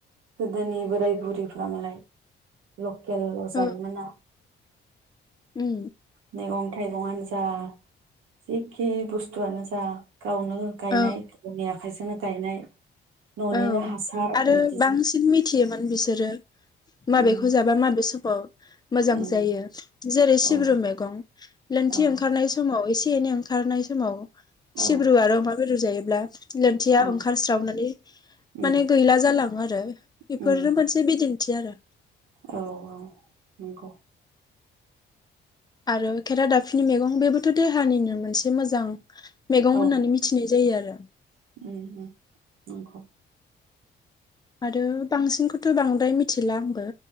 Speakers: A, on the right (about 85°); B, on the left (about 20°).
A: गोदोनि बोराय बुरैफ मालाय ल गेलल'
B: औ
A: सायोमोनना
B: उम
A: मैगं-थाइगं आनजा जिख बुस्थुआानो जा गावनो गायनायनि
B: औ
A: आखाइजोंनो गायनाय न'निनो
B: औ
A: हासार
B: आरो
A: बिदि
B: बांसिन मिथियोमोन बिसोरो माबेखौ
A: उम
B: जाबा माबे समाव मोजां
A: उम
B: जायो जेरै सिब्रु
A: औ
B: मैगं लोनथि
A: औ
B: ओंखारनाय समाव एसे सेनै ओंखारनाय समाव सिब्रु
A: औ
B: आरो अमा बेरु जायो। ब्ला लोनथिया
A: औ
B: ओंखारस्रावनानै
A: उम
B: माने गैला जालाङो आरो बेफोरनो
A: उम
B: मोनसे बिदिन थि आरो
A: औ औ नंगौ।
B: आरो खेरा दाफिनि मैगं बेबोथ' देहानिनो मोनसे मोजां मैगं
A: औ
B: होननानै मिथिनाय जायो आरो
A: उम उम। नंगौ।
B: आरो बांसिनखौथ' बांद्राय मिथिला आंबो